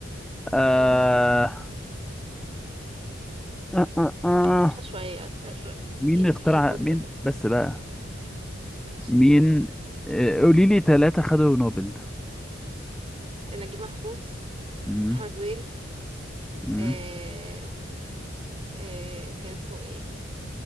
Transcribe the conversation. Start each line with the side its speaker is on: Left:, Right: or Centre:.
Centre: آه...
Right: <laughs>
Centre: آه... آه... آه.
Right: أسرع شوية أسرع شوية
Centre: مين
Right: ايه
Centre: اللي
Right: ال-
Centre: اخترع
Right: إيه البطء
Centre: مين
Right: ده
Centre: بس بقى
Right: ماشي
Centre: مين آه... قولي لي ثلاثة خدوا نوبل
Right: نجيب محفوظ
Centre: مم.
Right: أحمد زويل
Centre: مم.
Right: آه آه كان اسمه ايه